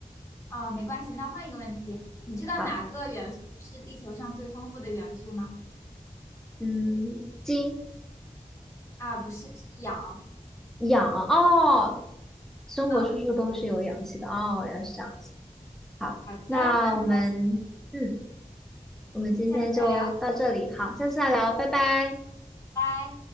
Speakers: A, on the left; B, in the centre.
A: 啊，没关系，那换一个问题，你知道哪个元素是地球上最丰富的元素吗？
B: 好，嗯，金。
A: 啊，不是，是氧。
B: 氧哦，生活处处都是有氧气的哦，
A: 嗯，对，
B: 原来是这样子。好，
A: 好的，
B: 那我们嗯，
A: 那很开心，
B: 我们今天就到这里，
A: 下次再聊，
B: 好，下次再聊，拜拜。
A: 拜。